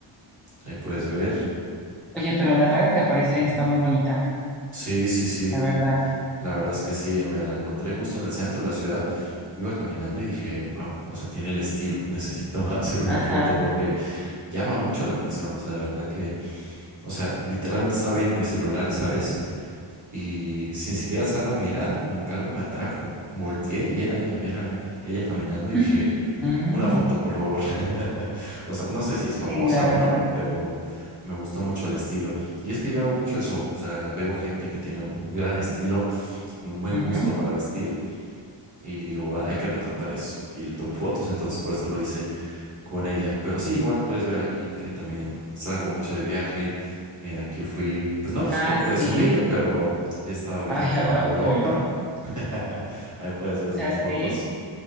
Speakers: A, on the right; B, in the centre.
A: Ahí puedes ver.
B: Oye, pero la draga que aparece ahí está muy bonita,
A: Sí, sí, sí.
B: la verdad.
A: La verdad es que sí, me la encontré justo en el centro de la ciudad. Iba caminando y dije, wow, o sea, tiene el estilo. Necesito <laughs> hacer una
B: Ajá.
A: foto porque llama mucho la atención. O sea, de verdad que. O sea, literalmente estaba viendo mi celular esa vez y sin siquiera alzar la mirada, como que algo me atrajo. Volteé y era ella, era ella caminando y
B: <laughs>
A: dije,
B: Mm,
A: una foto, por favor. <laughs> O sea, no sé si es famosa
B: sí, la verdad.
A: o no, pero me gustó mucho el estilo. Y es que yo hago mucho eso, o sea, veo gente que tiene un gran estilo, como un buen
B: Ujú.
A: gusto para vestir y digo, "Ah, hay que retratar eso. Y le tomo fotos, entonces por eso lo hice con ella. Pero sí, igual puedes ver aquí que también salgo mucho de viaje. Mira, aquí fui, pues no es
B: Ah,
A: por
B: sí.
A: presumir, pero he estado viajando
B: Ay, <laughs> ay,
A: a Europa.
B: ay, ay.
A: <laughs> Ahí puedes ver
B: O sea,
A: unas
B: sí,
A: fotos